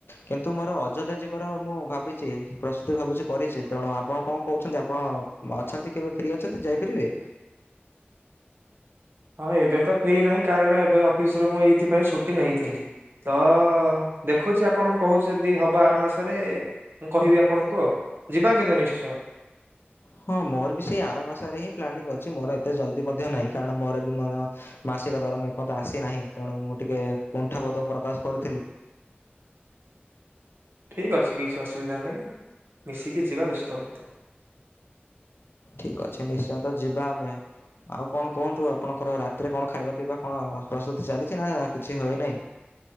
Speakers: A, on the left (about 65°); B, on the right (about 65°).
A: କିନ୍ତୁ ମୋର ଅଯୋଧ୍ୟା ଯିବାର ମୁଁ ଭାବିଛି ପ୍ରସ୍ତୁତି ଭାବୁଛି କରିଛି ତେଣୁ ଆପଣ କଣ କହୁଛନ୍ତି ଆପଣ ଅଛନ୍ତି କେବେ ଫ୍ରି ଅଛନ୍ତି ଯାଇପାରିବେ?
B: ହଁ ଏବେ ତ ଫ୍ରି ନାହିଁ କାରଣ ଏବେ ଅଫିସରୁ ମୁଁ ଏଇଥିପାଇଁ ଛୁଟି ନେଇଥିଲି। ତ ଦେଖୁଛି ଆପଣଙ୍କୁ କହୁଛି ଯଦି ହବ ଆର ମାସରେ ମୁଁ କହିବି ଆପଣଙ୍କୁ ଆଉ ଯିବା କିନ୍ତୁ ନିଶ୍ଚୟ।
A: ହଁ ମୋର ବି ସେଇ ଆର ମାସରେ ହିଁ ପ୍ଲାନିଂ ଅଛି ମୋର ଏତେ ଜଲ୍ଦି ମଧ୍ୟ ନାହିଁ କାରଣ ମୋର ବି ମଧ୍ୟ ମାସିକ ଦରମା ଏପର୍ଯ୍ୟନ୍ତ ଆସିନାହିଁ ତେଣୁ ମୁଁ ଟିକେ କୁଣ୍ଠାବୋଧ ପ୍ରକାଶ କରୁଥିଲି।
B: ଠିକ୍ ଅଛି କିଛି ଅସୁବିଧା ନାହିଁ ମିଶିକି ଯିବା ବ୍ୟସ୍ତ ହୁଅନ୍ତୁନି।
A: ଠିକ ଅଛ ନିଶ୍ଚୟ ତ ଯିବା ଆମେ। ଆଉ କଣ କୁହନ୍ତୁ ଆପଣଙ୍କର ରାତିରେ କଣ ଖାଇବା ପିଇବା କଣ ପ୍ରସ୍ତୁତି ଚାଲିଛି ନା କିଛି ହୋଇ ନାହିଁ?